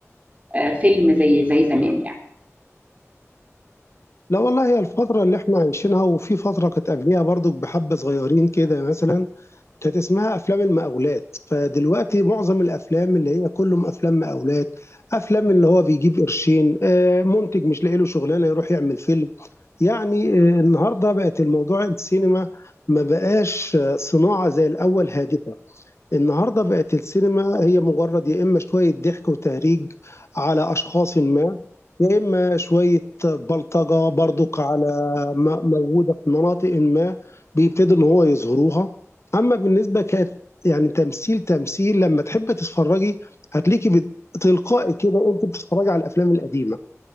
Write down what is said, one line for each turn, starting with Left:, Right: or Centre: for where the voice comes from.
Right: آه، فيلم زي زي زمان يعني
Left: لا والله هي الفتره اللي احنا عايشينها وفي فتره كانت قبليها برضو بحبه صغيرين كده مثلا كانت اسمها افلام المقاولات فدلوقتي معظم الافلام اللي هي كلهم افلام مقاولات افلام اللي هو بيجيب قرشين آه، منتج مش لاقي له شغلانه يروح يعمل فيلم يعني آه، النهارده بقت الموضوع السينما ما بقاش آه، صناعة زي الأول هادفة النهارده بقت السينما هي مجرد يا إما شوية ضحك وتهريج على أشخاص ما يا إما شوية بلطجة برضك على م- موجودة في مناطق ما بيبتدوا إن هو يظهروها أما بالنسبة كانت يعني تمثيل تمثيل لما تحب تتفرجي هتلاقيكي بت- تلقائي كده أنت بتتفرجي على الأفلام القديمة